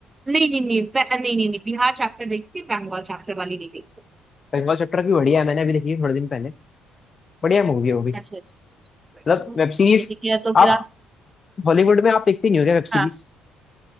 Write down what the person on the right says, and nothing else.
नहीं नहीं नहीं ब- नहीं नहीं नहीं बिहार चैप्टर देखी थी बंगाल चैप्टर वाली नहीं देखी
अच्छा अच्छा अच्छा, अच्छा। अच्छा।
ठीक है ठीक है तो
फिर आप
हाँ